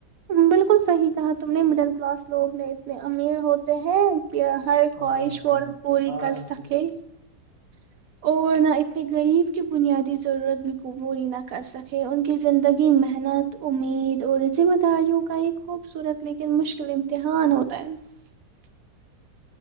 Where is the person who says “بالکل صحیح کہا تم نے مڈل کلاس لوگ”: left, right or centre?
Right